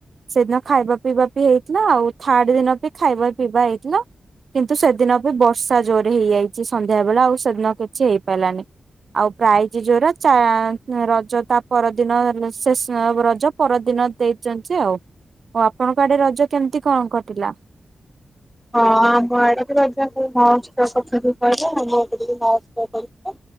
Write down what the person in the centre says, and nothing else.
ହଁ ଆମ ଆଡେ ବି ରଜ ମହୋତ୍ସବ କଥା ବି କହିଲେ ଆମ ମହୋସ୍ରବ